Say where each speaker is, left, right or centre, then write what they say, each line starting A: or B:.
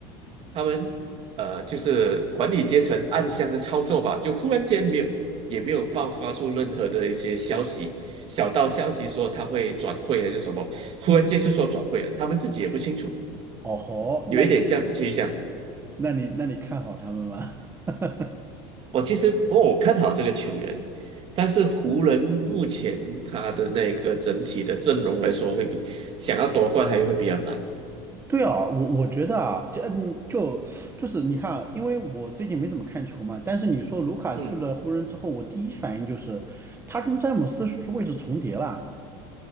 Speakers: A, on the right; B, on the right.
A: 他们呃就是管理阶层暗箱的操作吧，就忽然间没有也没有爆发出任何的一些消息，小道消息说他会转会还是什么，忽然间就说转会了，他们自己也不清楚，
B: 哦吼，
A: 有一点这样的倾向。
B: 那那你那你看好他们吗？<laughs>
A: 我其实哦，我看好这个球员，但是湖人目前他的那个整体的阵容来说，会比想要夺冠还会比较难。
B: 对啊，我我觉得啊，这嗯就就是你看啊，因为我最近没怎么看球嘛，但是你说卢卡去了湖人之后，
A: 嗯，
B: 我第一反应就是他跟詹姆斯是不是位置重叠了？